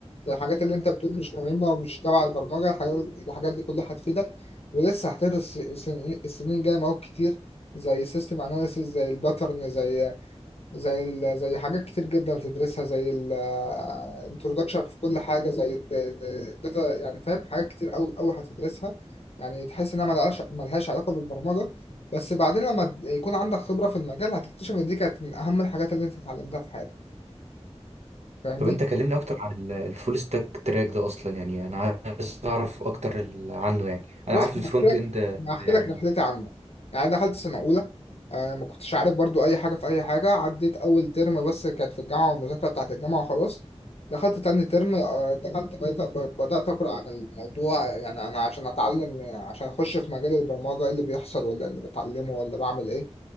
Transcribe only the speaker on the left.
زي الحاجات اللي أنت بتقول مش مهمة ومش تبع البرمجة الحاجات الحاجات دي كلها هتفيدك ولسه هتدرس السنين السنين الجاية مواد كتير زي سيستم أناليسيس زي الباترن زي زي ال... زي حاجات كتير جدا تدرسها زي ال آه، introduction في كل حاجة زي ال data يعني فاهم حاجات كتير أوي أوي هتدرسها يعني تحس إنها ملهاش ملهاش علاقة بالبرمجة بس بعدين لما يكون عندك خبرة في المجال هتكتشف إن دي كانت من أهم الحاجات اللي أنت اتعلمتها في حياتك فاهمني؟
بص
أنا
هحكي لك
أنا هحكي
لك رحلتي عامة يعني أنا دخلت سنة أولى آه ما كنتش عارف برضو أي حاجة في أي حاجة عديت أول ترم بس كانت في الجامعة والمذاكرة بتاعت الجامعة خلاص دخلت تاني ترم آه دخلت بقيت بدأت أقرأ عن الموضوع يعني أنا عشان أتعلم عشان أخش في مجال البرمجة إيه اللي بيحصل ولا إيه اللي بتعلمه ولا بعمل إيه